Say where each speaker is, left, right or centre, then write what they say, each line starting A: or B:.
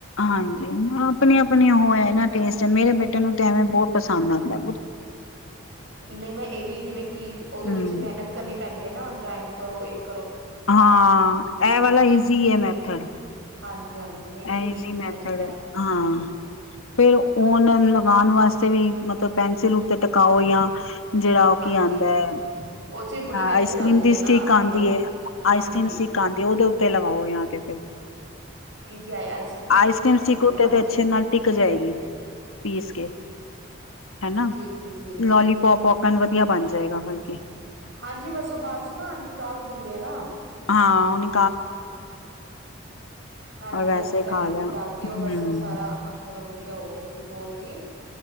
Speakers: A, on the left; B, on the right.
A: ਹਾਂਜੀ ਆਪਣੀ -ਆਪਣੀ ਉਹ ਹੈ ਨਾ ਟੇਸਟ ਤੇ ਮੇਰੇ ਬੇਟੇ ਨੂੰ ਤੇ ਐਵੇਂ ਬਹੁਤ ਪਸੰਦ ਆਂਦਾ।
B: ਨਹੀਂ ਮੈਂ ਇਹ ਵੀ ਜਿਵੇਂ ਕਿ ਉਹਦੇ
A: ਹਮ
B: ਵਿੱਚ ਮਿਹਨਤ ਕਰਨੀ ਪੈਂਦੀ। ਨਾ ਗ੍ਰੈਂਡ ਕਰੋ ਇੱਕ
A: ਹਾਂ ਇਹ ਵਾਲਾ ਈਜ਼ੀ ਹੈ ਮੈਥਡ
B: ਹਾਂਜੀ, ਹਾਂਜੀ ਨਹੀਂ ਨਹੀਂ
A: ਇਹ
B: ਵੀ
A: ਇਜ਼ੀ
B: ਈਜ਼ੀ
A: ਮੈਥਡ
B: ਹੈ
A: ਹਾਂ, ਫਿਰ ਉਹਨਾਂ ਨੂੰ ਲਗਾਣ ਵਾਸਤੇ ਕਿਸੇ ਵੀ ਮਤਲਬ ਪੈਨਸਿਲ ਉੱਤੇ ਟਕਾਓ ਜਾਂ ਜਿਹੜਾ ਉਹ
B: ਹਾਂਜੀ
A: ਕੀ ਆਂਦਾ ਹੈ
B: ਉਹ ਚ ਵੀ ਬੜੀ ਮਿਹਨਤ
A: ਆਈਸ
B: ਲੱਗਦੀ
A: ਕਰ੍ਰੀਮ ਦੀ
B: ਹੈ ਨਾ
A: ਸਟਿਕ
B: ਪੂਰਾ
A: ਆਂਦੀ ਹੈ ਆਈਸਕ੍ਰੀਮ
B: ਹਾਂਜੀ
A: ਸਟਿਕ ਆਂਦੀ ਹੈ ਉਹਦੇ ਉੱਤੇ ਲਵਾਓ ਜਾਂ ਕਿਤੇ
B: ਜੀ ਜੀ ਆਈਸ
A: ਆਈਸ ਕਰ੍ਰੀਮ
B: ਵੀ
A: ਸਟਿਕ
B: ਸਹੀ
A: ਉੱਤੇ
B: ਹੈ ਹਾਂਜੀ
A: ਤੇ ਅੱਛੇ ਨਾਲ ਟਿਕ ਜਾਏਗੀ। ਪੀਸ ਕੇ ਹਨਾ
B: ਜੀ ਜੀ ਜੀ
A: ਲੋਲੀ ਪੋਪ ਨ ਵਧੀਆ ਬਣ ਜਾਏਗਾ ਹਲਕਿ
B: ਹਾਂਜੀ ਬਸ ਉਹ ਬਾਅਦ ਚ ਨਾ ਨਿਕਾਲ ਦਿੰਦੇ ਆ ਨਾ।
A: ਹਾਂ ਉਹਨੀ
B: ਹਾਂਜੀ-ਹਾਂਜੀ,
A: ਔਰ ਵੈਸੇ
B: ਪੈਨਸਿਲ
A: ਖਾ ਲਿਆ
B: ਨਿਕਾਲਤੀ, ਉਹ
A: ਹਮ
B: ਬਸ ਉਹ ਸਾਰਾ ਅੰਦਰ ਵਧੀਆ ਹੋ ਗਿਆ ਸੀ ਗੋਲ ਜੀ